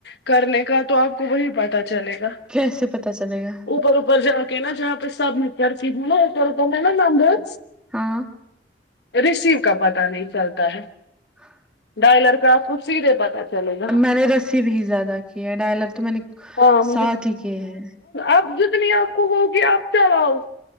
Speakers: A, on the left; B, in the centre.
A: کرنے کا تو آپ کو وہی پت چلے گا
B: کیسے پتا چلے گا
A: اوپر اوپر جا نہ جہاں پہ سب م کر کے ہےا ایک تو ہے نا ممبر
B: ہاں
A: ریسیو کا پتتا نہیں چلتا ہے
B: ہاں
A: ڈائلر کا آپ کو سیدھے پتا چلے گا
B: میں نے رسی بھی زیادہ کی ہے ڈائلر تو میں نے
A: ہاں مجھے
B: ساتھ ہی کیے ہیں
A: آپ جوتنی آپ کو ہوگی آپ چلاؤ